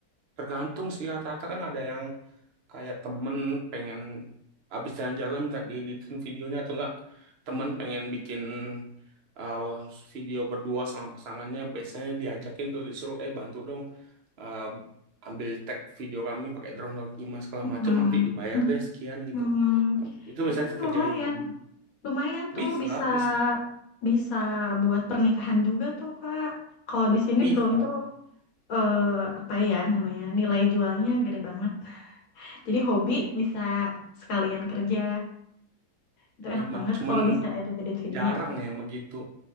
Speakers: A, on the right (about 50°); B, on the left (about 55°).
A: tergantung sih, rata-rata kan ada yang kayak temen pengen abis jalan-jalan minta dieditin videonya atau enggak. Temen pengen bikin uh, video berdua sama pasangannya, biasanya diajakin tuh disuruh, eh bantu dong uh, ambil tag video kami pakai drone atau gimana segala
B: Hmm.
A: macam, nanti dibayar deh sekian gitu.
B: Hmm,
A: Ya, itu biasanya
B: itu kan
A: kerjain.
B: lumayan, lumayan tuh
A: Bisa,
B: bisa
A: bisa,
B: bisa buat pernikahan juga tuh Kak. Kalau di sini
A: bisa.
B: drone tuh eh, apa ya namanya nilai jualnya gede banget. Jadi hobi
A: Iya.
B: bisa sekalian kerja, itu enak
A: Emang
B: banget
A: cuman
B: kalau bisa edit-edit video.
A: jarang yang begitu.